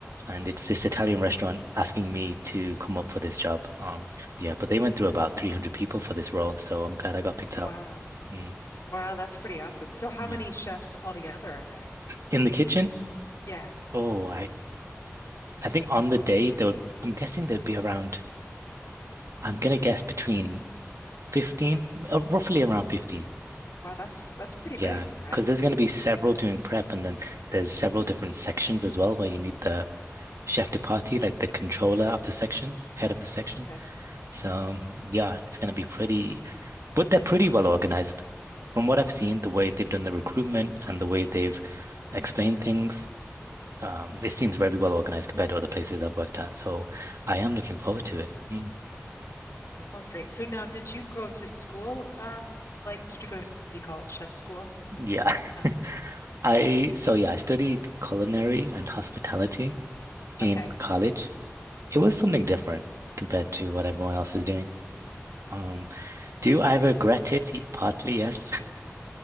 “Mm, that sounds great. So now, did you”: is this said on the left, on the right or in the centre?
Left